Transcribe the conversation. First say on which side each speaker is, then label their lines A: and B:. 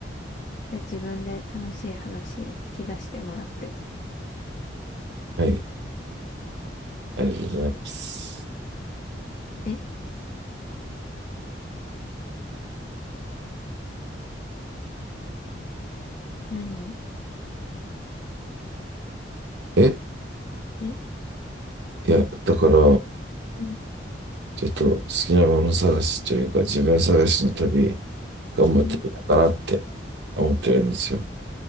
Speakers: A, on the left; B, on the right.
A: じゃあ自分で楽しい話引き出してもらって。
B: はい。ありがとうございます。
A: え、何
B: え
A: え、
B: いや、だから、
A: うん、
B: ちょっと好きなもの探しというか、自分探しの旅、頑張ってみようかなって
A: うん。
B: 思ってるんですよ。